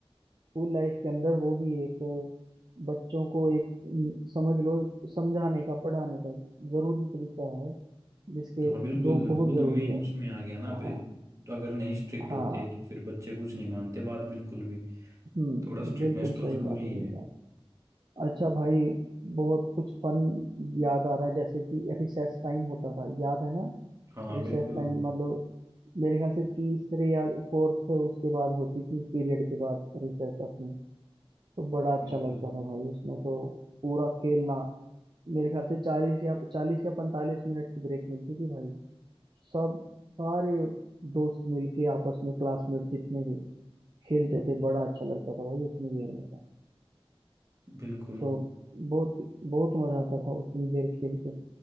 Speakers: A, on the right; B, on the right.
A: स्कूल लाइफ के अंदर वो भी एक बच्चों को एक अम, समझ लो समझाने का पढ़ाने का एक जरूरी तरीका है जिसके
B: हाँ बिल्कुल
A: जो बहुत
B: वो
A: जरूरी
B: तो मेन
A: है
B: उसमें आ गया ना बे-
A: हाँ
B: तो अगर नहीं स्ट्रिक्ट
A: हाँ
B: होते तो फिर बच्चे कुछ नहीं मानते बात बिल्कुल भी
A: हम्म
B: थोड़ा स्ट्रिक्टनेस
A: बिल्कुल
B: तो
A: सही
B: जरूरी
A: बात है
B: है
A: सही बात अच्छा भाई बहुत कुछ फन याद आ रहा है जैसे कि रिसेस टाइम होता था याद है ना
B: हाँ
A: रिसेस
B: बिल्कुल
A: टाइम मतलब मेरे ख्याल से तीसरे या फोर्थ उसके बाद होती थी पीरियड के बाद रिसेस अपनी तो बड़ा अच्छा
B: बिल्कुल
A: लगता था भाई उसमें तो पूरा खेलना मेरे ख्याल से चालीस या चालीस या पैंतालीस मिनट की ब्रेक मिलती थी भाई सब सारे दोस्त मिलके आपस में क्लासमेट जितने भी खेलते थे बड़ा अच्छा लगता था भाई उतनी देर में था
B: बिल्कुल
A: तो बहुत बहुत मजा आता था उतनी देर खेल के